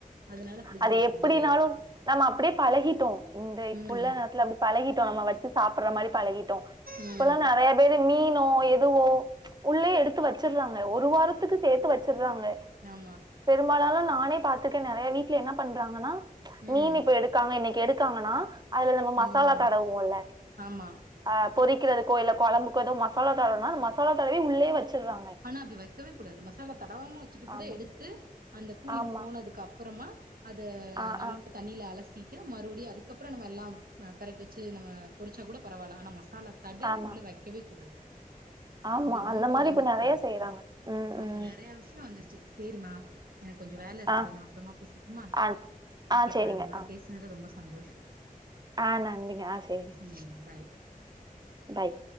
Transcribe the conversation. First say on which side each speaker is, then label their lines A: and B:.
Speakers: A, on the right; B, on the right.
A: அதனால ஃப்ரிட்ஜ்ல
B: அது
A: வைக்கிற
B: எப்டினாலு
A: மாரி ஆயிரு
B: நம்ம அப்டியே பழகிட்டோ இந்த இப்புள்ள
A: ம்
B: நேரத்துல அப்டி பழகிட்டோ நம்ம வச்சு சாப்புட்ற மாரி பழகிட்டோ
A: ம்
B: இப்பெல்லா நெறையா பேரு மீனோ எதுவோ உள்ளே எடுத்து வச் சுட்றாங்க ஒரு வாரத்துக்கு சேத்து வச்சடுறாங்க
A: ஆமா
B: பெரும்பாலானு நானே பாத்துருக்கே நெறையா வீட் ல என்ன பண்றாங்கனா மீனு
A: ம்
B: இப்ப எடுக்காங்க இன்னைக்கு எடுக்காங்கனா அதுல நம்ம மசாலா
A: ம்
B: தடவுவோல்ல
A: ஆமா
B: அ பொரிக்கிறதுக்கோ இல்ல கொழம்புக்கு ஏதோ மசாலா தடவுனா அந்த மசாலா தடவி உள்ளேயே வச்சுடுறாங்க
A: ஆனா அப்டி வைக்கவே கூடாது மசாலா தடவாம வச்சுட்டு கூட
B: ஆமா,
A: எடுத்து அந்த கூலிங்
B: ஆமா.
A: போனதுக்கு அப்புறமா அது
B: ஆ,
A: நல்லா
B: ஆ,
A: தண்ணில அல சிட்டு மறுபடியு அதுக்கப்றோ நம்ம எல்லா பெரட்டி வச்சு நம்ம பொரிச்சா கூட பரவால்ல ஆனா ம மசாலா தடவி
B: ஆமா.
A: உள்ள வக்கெவே கூடாது
B: ஆமா
A: அது ரொம்ப
B: அந்த மாரி
A: ஒடம்புக்கு
B: இப்ப நெறையா
A: கேடு
B: செய்றாங்க ம்
A: ஆமா
B: ம்
A: நெறையா விஷியோ வந்துருச்சு சேரிமா எனக்கு கொஞ்சோ வேல இருக்கு
B: ஆ
A: நா அப்றமா பேசட்டுமா
B: ஆ ஆ
A: ஓகே
B: சேரிங்க
A: பாரு உன்னோட
B: ஆ
A: பேசுனதுல ரொம்ப சந்தோஷோ
B: ஆ நன்றிங்க ஆ செரிங்க
A: ம் பாய்
B: பாய்